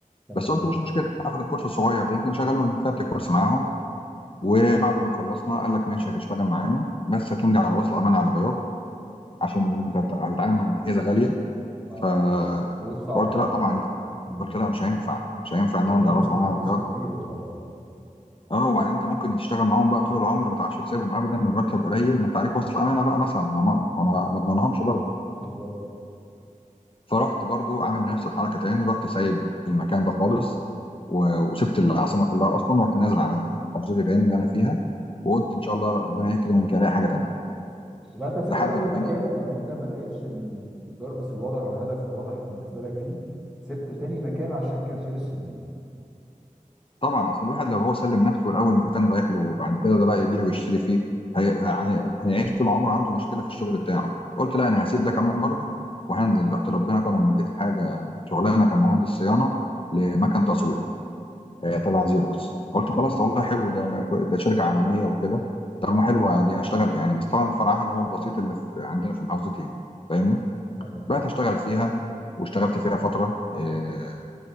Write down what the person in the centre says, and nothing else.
تمام
اه
ضغوط صعبه
شويه
مم.
هو
في
ريسك
ريسك
كبير طبعا
بالظبط
يبقى انت سبت
اول
مكان لان انت ما لقيتش البربس الواضح او الهدف الواضح بالنسبه لك فيه سبت تاني مكان عشان كان في ريسك كبير
تمام
تمام
تمام
تمام